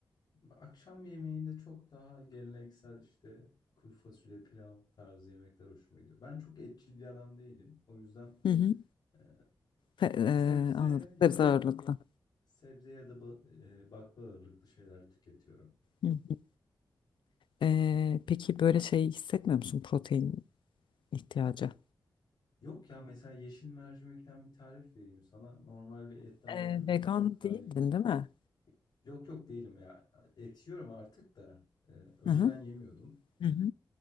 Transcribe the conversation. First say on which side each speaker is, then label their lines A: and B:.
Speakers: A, on the left (about 60°); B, on the left (about 80°).
A: Akşam yemeğinde çok daha geleneksel işte kuru fasulye, pilav tarzı yemekler hoşuma gidiyor. Ben çok etçil bir adam değilim. O yüzden
B: Hı hı.
A: e,
B: Se- e,
A: sebze
B: anladım.
A: ya
B: Sebze
A: da
B: ağırlıklı.
A: sebze ya da ba- e, bakla ağırlıklı şeyler tüketiyorum.
B: Hı hı. E, peki böyle şey hissetmiyor musun protein ihtiyacı?
A: Yok ya mesela yeşil mercimekten bir tarif vereyim sana. Normal bir etten
B: Ee,
A: alabileceğin
B: vegan
A: çok daha
B: değildin
A: yüksek
B: değil mi?
A: Yok yok değilim ya. Et yiyorum artık da. Ee, önceden
B: Hı hı.
A: yemiyordum.
B: Hı hı.